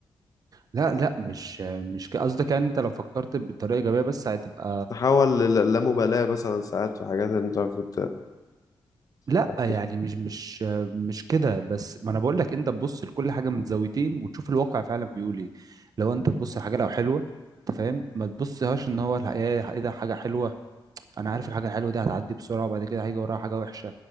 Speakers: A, on the right (about 45°); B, on the left (about 40°).
A: لا لا مش مش ك- قصدك يعني انت لو فكرت بطريقة ايجابية بس هتبقى
B: تتحول للامبالاة مثلا ساعات في حاجات اللي انت المفروض
A: لا
B: تركز
A: يعني
B: فيها.
A: مش مش مش كده بس ما انا بقول لك انت تبص لكل حاجة من زاويتين وتشوف الواقع فعلا بيقول ايه لو انت تبص لحاجة لو حلوة انت فاهم ما تبصهاش ان هو الحقيقة ايه ده حاجة حلوة انا عارف الحاجة الحلوة دي هتعدي بسرعة وبعد كده هيجي وراها حاجة وحشة